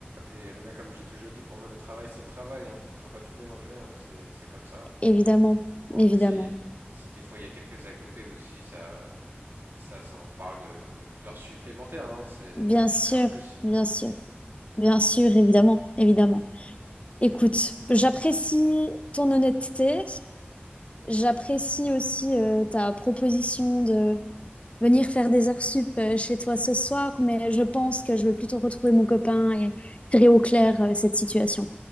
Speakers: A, on the right; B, on the left.
A: Et Irina, comme j'ai toujours dit, pour moi, le travail, c'est le travail. Hein. Faut pas tout mélanger. Hein. C'est, c'est comme ça.
B: Évidemment,
A: Bon, après,
B: évidemment.
A: si, si des fois il y a quelques à côté aussi, ça, ça, ça, on parle de, d'heures supplémentaires. hein. C'est
B: Bien sûr,
A: rien de plus.
B: bien sûr, bien sûr, évidemment, évidemment. Écoute, j'apprécie ton honnêteté. J'apprécie aussi euh, ta proposition de venir faire des heures sup euh, chez toi ce soir, mais je pense que je vais plutôt retrouver mon copain et tirer au clair euh, cette situation.